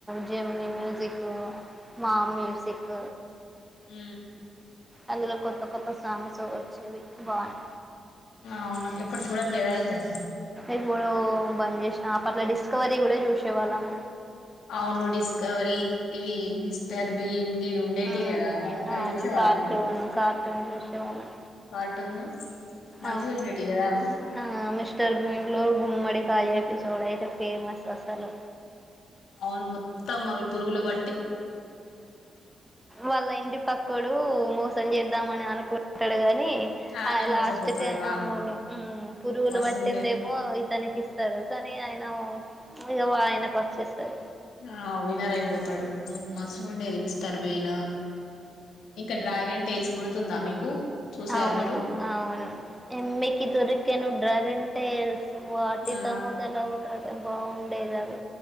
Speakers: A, in the centre; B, on the left.
A: జెమిని మ్యూసిక్, మా మ్యూసిక్.
B: అ
A: అందులో కొత్త కొత్త సాంగ్స్ వచ్చేవి బానే.
B: అవునా ఇప్పుడు చూడట్లేదా అయితే.
A: ఇప్పుడు బంద్ చేశినా. అప్పట్లో డిస్కవరీ కూడా చూశే వాళ్ళము.
B: అవును డిస్కవరి, ఇవి మిస్టర్ బీన్ ఇవి ఉండేటివి
A: మ్
B: కదా అవి
A: అవును
B: చూసే వాళ్ళ
A: కార్టూన్
B: మీరు.
A: కార్టూన్ చూసేవాళ్ళం
B: కా ర్టును మంచిగా
A: అవునండి
B: ఉండేటివి కదా అ
A: ఆ మిస్టర్ బిన్లో గుమ్మడి కాయ ఎపిసోడైతే ఫేమస్. అసలు
B: అవును మొత్తం అవి పురుగులు బ
A: వాళ్ళ ఇంటి పక్కోడు మో సం జేద్దామని అనుకుంటడు కా అని
B: ఆనే
A: ఆ లాస్ట్
B: మోసపోతాడు
A: కు
B: ఆ
A: అవును ఆ పురుగులు
B: మస్తు
A: పట్టిందేమో
B: ఉండే
A: ఇతనికి ఇస్తరు. కానీ ఆయన ఇగ ఆయనకు వచ్చేస్తది.
B: ఆ విన్నర్ అయిపోతడు మంచిగా ఉండేది మిస్టర్ బీన్. ఇంకా డ్రాగన్ టేల్స్ గురుతుందా మీకు? చూసారా
A: అవును
B: మీరు
A: అవును ఎమ్మికి దొరికేను డ్రాగన్ టేల్స్. వాటితో
B: ఆ
A: మోదలవు డ్రాగన్ బాగుండేది అది.